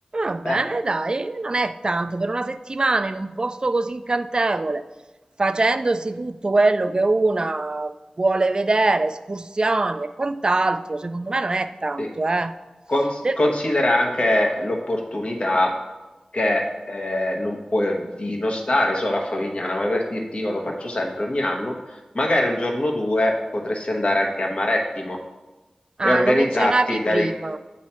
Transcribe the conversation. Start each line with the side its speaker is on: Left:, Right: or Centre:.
Right: Va bene,
Left: Dai.
Right: dai, non è tanto per una settimana in un posto così incantevole, facendosi tutto quello che una vuole vedere, escursioni e quant'altro, secondo me non è tanto,
Left: Sì.
Right: eh.
Left: Cons-
Right: Del-
Left: considera anche l'opportunità che eh, non puoi di non stare solo a Favignana, ma per dirti io lo faccio sempre ogni anno, magari un giorno o due potresti andare anche a Marettimo
Right: Ah,
Left: e organizzarti
Right: lo menzionavi
Left: da
Right: prima.
Left: lì.